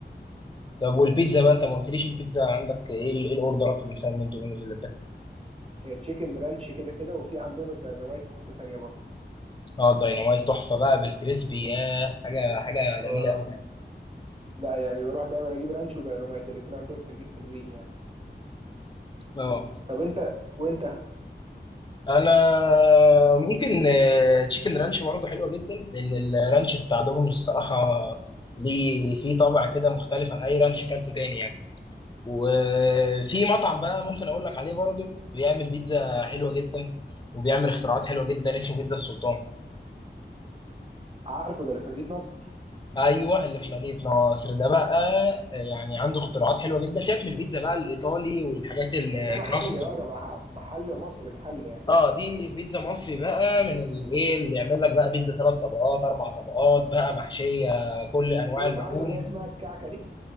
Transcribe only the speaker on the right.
آه، تشيكن رانش كده كده وفي عندهم الديناميت في حتة تانية
برضه
لا يعني بروح دايما اجيب رانش ودايناميت الاتنين عندهم حلوين حلوين يعني
طب انت وانت
مم.
عارفه ده اللي في مدينة نصر
بس ده محلي اه ده مع- محل مصري محلي يعني
دوت
عنده اللي هي اسمها الكعكة دي